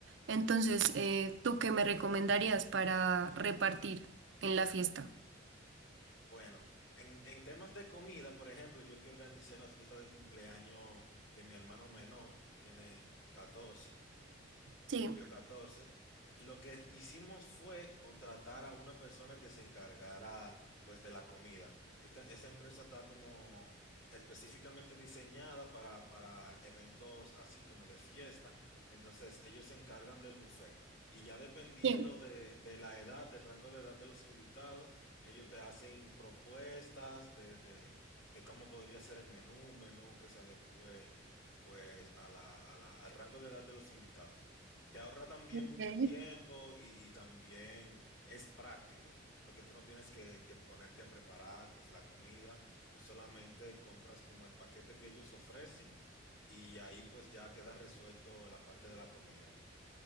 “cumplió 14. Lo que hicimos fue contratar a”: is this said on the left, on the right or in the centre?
Left